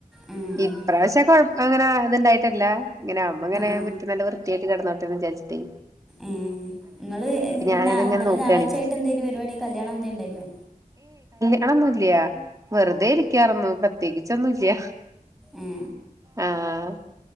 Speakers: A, in the centre; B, on the right.
A: ആ
B: ഇപ്രാവശ്യ കൊഴ അങ്ങനെ ഇത്ണ്ടായിട്ടില്ല ഇങ്ങനെ അമ്മങ്ങനെ
A: ആ
B: മുറ്റം നല്ല വൃത്തിയായിട്ട് കടന്നോട്ടെ എന്ന് വിചാരിച്ചിട്ടെ
A: ഏ ഇങ്ങള്
B: ഞാനതിങ്ങനെ
A: ന്ന ഇന്നലെ
B: നോക്കാണ്
A: ഞായറാഴ്ച്ച ആയിട്ട് എന്തായിരുന്നു പരിപാടി കല്യാണം ന്തേലും ഇണ്ടായിനോ
B: ണൊന്നില്ല വെറുതെ ഇരിക്കാറൊന്നു. പ്രത്യേകിചൊന്നുല്ല
A: ഏ
B: ആഹ്